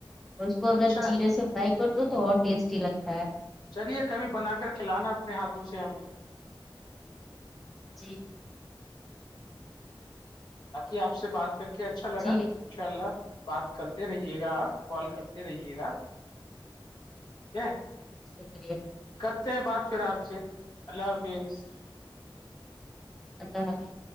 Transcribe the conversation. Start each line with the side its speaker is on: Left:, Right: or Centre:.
Centre: اس کو اگر
Left: اچھا
Centre: جیرے
Left: ہے
Centre: سے فرائی کدو تو اور ٹیسٹی لگتا ہے
Left: چلیے کبھی بنا کر کھلانا اپنے ہاتھوں سے ہمیں
Centre: جی
Left: باقی آپ سے بات کر کے اچھا لگا
Centre: جی
Left: انشاء اللہ بات کرتے رہیے گا آپ کال کرتے رہیے گا کیا <unintelligible>
Centre: جی شکریہ
Left: کرتے ہیں بات پھر آپ سے اللہ حافظ
Centre: اللہ حافظ